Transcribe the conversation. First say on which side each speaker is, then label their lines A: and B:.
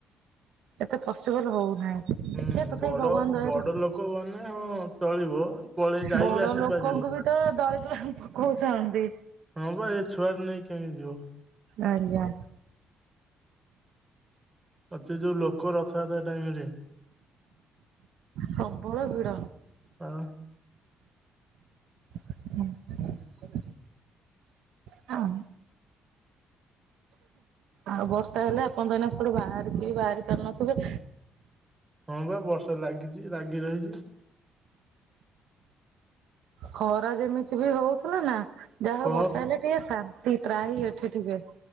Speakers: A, on the right; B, on the right.
A: ଏତେ ପସିବୁଲ ହଉନାହିଁ। ଦେଖିବା
B: ହୁଁ
A: ତଥାପି
B: ବଡ,
A: ଭଗବାନ ଦୟାରୁ
B: ବଡ ଲୋକ ଗନେ ହଁ ଚଳିବ, ପଳେଇ ଯାଇ
A: ବଡ
B: ଆସିପାରିବେ।
A: ଲୋକଙ୍କୁ ବି ତ ଦଳି ଦୁଳା ପକଉଚନ୍ତି।
B: ହଁ ବା ଏ ଛୁଆ ନେଇକି କେମିତି ଯିବ?
A: ଆଜ୍ଞା।
B: ଅ ସେ ଯୋଉ ଲୋକ ରଥଯାତ୍ରା ଟାଇମରେ।
A: ପ୍ରବଳ ଭିଡ
B: ହଁ।
A: ହୁଁ। ହଁ। ଆଉ ବର୍ଷା ହେଲେ ଆପଣ ତ ଏଇନା କୋଉଟି ବାହାରକୁ ବି ବାହାରି ପାରୁନଥିବେ।
B: ହଁ ବା ବର୍ଷା ଲାଗିଚି ଲାଗି ରହିଛି।
A: ଖରା ଯେମିତି ବି ହଉଥିଲା ନା ଯାହା
B: ଖ
A: ହଉ ବର୍ଷା ହେଲେ ଟିକେ ଶାନ୍ତି ତ୍ରାହି ଏଠି ଟିକେ।